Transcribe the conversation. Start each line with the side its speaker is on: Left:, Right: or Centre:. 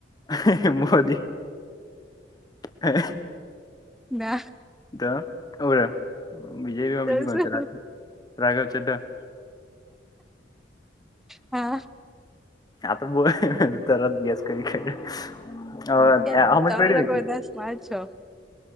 Left: હા હા મોદી હા.
Centre: ના
Left: તો ઓરે બીજેપીમાં
Centre: તો
Left: બીજ કોણ
Centre: શું
Left: છે રાઘવ ચઢ્ઢા
Centre: હા.
Left: હા પણ બોલ તરત ગેસ કરી કાઢ્યું. હવે
Centre: કે
Left: અ સમજ
Centre: તમે
Left: પડી
Centre: લોકો
Left: હતી
Centre: બધા સ્માર્ટ છો